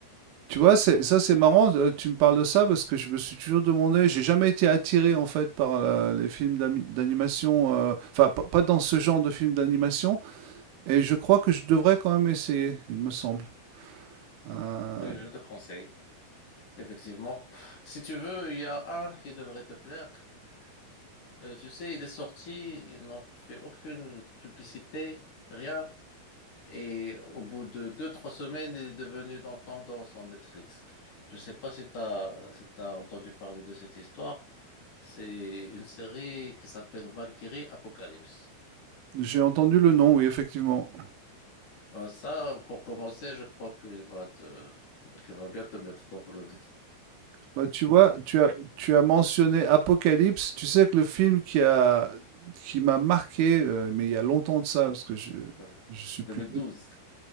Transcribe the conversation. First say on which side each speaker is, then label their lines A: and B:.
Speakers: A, on the right; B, on the left.
A: Tu vois, c'est, ça c'est marrant, euh, tu me parles de ça parce que je me suis toujours demandé, j'ai jamais été attiré en fait par la- les films d'ami- d'animation, euh, enfin pas pas dans ce genre de films d'animation, et je crois que je devrais quand même essayer, il me semble. Euh,
B: Oui, je te conseille, effectivement. Si tu veux, il y a un qui devrait te plaire. Euh, tu sais, il est sorti, ils n'ont fait aucune publicité, rien. Et au bout de deux, trois semaines, il est devenu dans tendance en Netflix. Je ne sais pas si tu as, si tu entendu parler de cette histoire. C'est une série qui s'appelle Valkyrie Apocalypse.
A: j'ai entendu le nom, oui, effectivement.
B: Euh, Ça, pour commencer, je crois qu'il va te, qu'il va bien te mettre dans le <laughs> vif.
A: Bah, tu vois, tu as, tu as mentionné Apocalypse, tu sais que le film qui a, qui m'a marqué, euh, mais il y a longtemps de ça, parce que je,
B: Euh,
A: je suis
B: 2012,
A: plus...